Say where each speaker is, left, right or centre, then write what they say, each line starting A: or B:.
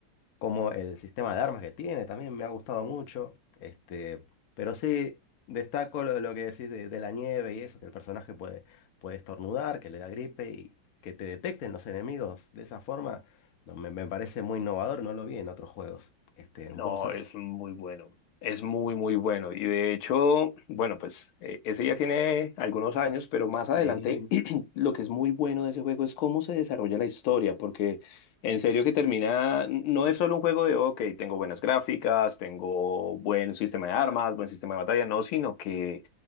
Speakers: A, on the left (about 60°); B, on the left (about 85°).
A: como el sistema de armas que tiene, también me ha gustado mucho. Este, pero sí, destaco lo, lo que decís de, de la nieve y eso, que el personaje puede, puede estornudar, que le da gripe y que te detecten los enemigos de esa forma, no, me, me parece muy innovador, no lo vi en otros juegos. Este, en
B: No,
A: Bossage.
B: es muy bueno. Es muy, muy bueno. Y de hecho, bueno, pues eh, ese ya tiene algunos años, pero más
A: Sí,
B: adelante <clears throat> lo que es muy bueno de ese juego es cómo se desarrolla la historia, porque en serio que termina, no es solo un juego de, ok, tengo buenas gráficas, tengo buen sistema de armas, buen sistema de batalla, no, sino que